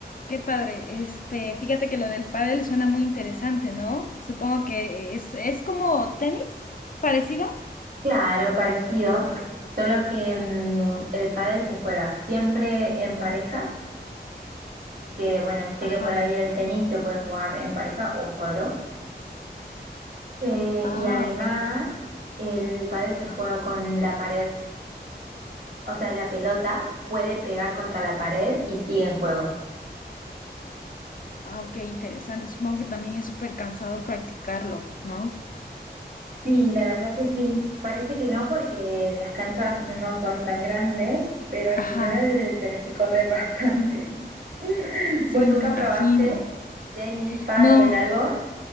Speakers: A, on the left; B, on the right.
A: qué padre. Este, fíjate que lo del pádel suena muy interesante, ¿no? Supongo que es, es como tenis, parecido.
B: Claro, parecido, solo que mm, el pádel se juega siempre en parejas, que bueno, viste
A: Ajá.
B: que por ahí el tenis se puede jugar en pareja o solo. Eh,
A: Ah,
B: y además,
A: ok.
B: el pádel se juega con la pared, o sea, la pelota puede pegar contra la pared y sigue en juego.
A: Ah, ok, interesante. Supongo que también es súper cansado practicarlo, ¿no?
B: Sí, la verdad que sí. Parece que no porque las canchas no son tan grandes, pero al
A: Ajá.
B: final tenés que correr bastante. <laughs>
A: Sí,
B: ¿Vos nunca
A: me imagino.
B: probaste tenis, pádel,
A: No,
B: algo?